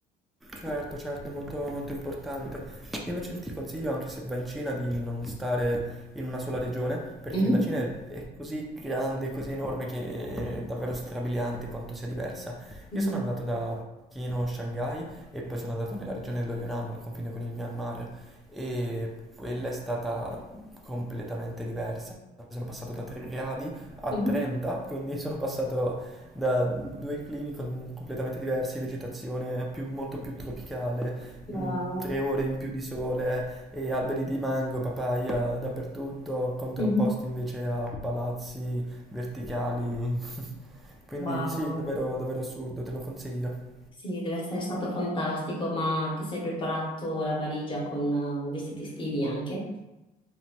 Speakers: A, in the centre; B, on the left.
A: Certo, certo, molto, molto importante. Io invece ti consiglio, anche se vai in Cina, di non stare in una sola regione, perché
B: Mhm.
A: la Cina è, è così grande, così enorme, che è davvero strabiliante quanto sia diversa.
B: Mm.
A: Io sono andato da Pechino, Shanghai, e poi sono andato nella regione dello Yunnan, al confine con il Myanmar, e quella è stata completamente diversa. Sono passato da 3 gradi a
B: Mhm.
A: 30, quindi sono passato da due climi con- completamente diversi, vegetazione più- molto più tropicale,
B: Wow.
A: mm, tre ore in più di sole e alberi di mango, papaya dappertutto, contrapposti
B: Mhm.
A: invece a palazzi verticali. <laughs> Quindi
B: Wow,
A: sì, davvero, davvero assurdo, te lo consiglio.
B: sì, deve essere stato fantastico, ma ti sei preparato la valigia con eh, vestiti estivi anche?